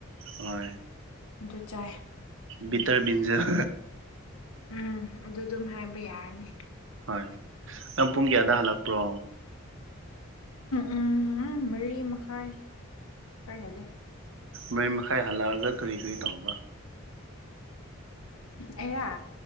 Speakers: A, on the right; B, on the left.
A: ꯍꯣꯏ
B: ꯖꯨꯠ ꯆꯥꯏꯌꯦ
A: ꯕꯤꯇꯔ ꯕꯤꯟꯖꯔ꯫
B: ꯎꯝ ꯑꯗꯨ ꯑꯗꯨꯝ ꯍꯥꯏꯕ ꯌꯥꯔꯅꯤ꯫
A: ꯍꯣꯏ ꯅꯪ ꯄꯨꯡ ꯀꯌꯥꯗ ꯍꯜꯂꯛꯄ꯭ꯔꯣ꯫
B: ꯎꯝ ꯃꯔꯤ ꯃꯈꯥꯏ ꯈꯔ ꯍꯦꯜꯂꯦ꯫
A: ꯃꯔꯤ ꯃꯈꯥꯏ ꯍꯜꯂꯛꯑꯒ ꯀꯨꯔꯤ ꯀꯨꯔꯤ ꯇꯧꯕ
B: ꯑꯩꯔꯥ